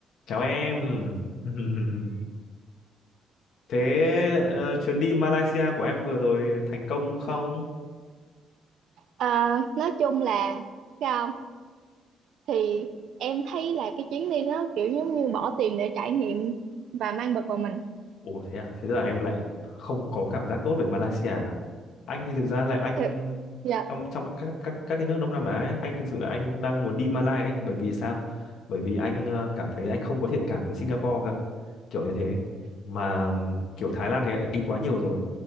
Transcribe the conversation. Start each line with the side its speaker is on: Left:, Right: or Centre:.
Left: Chào em. <laughs> Thế ờ, chuyến đi Malaysia của em vừa rồi thành công không?
Right: À, nói chung là sao không? thì em thấy là cái chuyến đi đó kiểu giống như bỏ tiền để trải nghiệm và mang bực vào mình
Left: Ủa thế à? Thế tức là em lại không có cảm giác tốt về Malaysia à? Anh thì thực ra là anh
Right: thật dạ
Left: trong trong các các các cái nước Đông Nam Á ấy, anh thực sự là anh cũng đang muốn đi Malaysia ấy, bởi vì sao? Bởi vì anh ờ, cảm thấy anh không có thiện cảm với Singapore kiểu như thế mà kiểu Thái Lan thì anh đã đi quá nhiều rồi